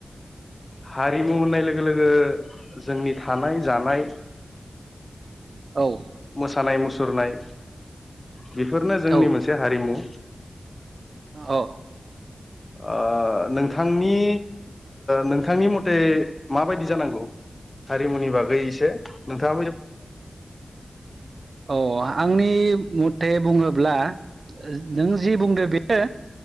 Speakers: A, on the left (about 30°); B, on the right (about 60°).
A: हारिमु होननाय लोगो - लोगो जोंनि थानाय जानाय
B: औ।
A: मोसानाय मुसुरनाय बेफोरनो जोंनि
B: औ
A: मोनसे हारिमु।
B: औ
A: ओ नोंथांनि नोंथांनि मथे माबायदि जानांगौ? हारिमुनि बागै एसे नोंथाङा
B: औ। आंनि मथे बुङोब्ला नों जि बुंदो बेयो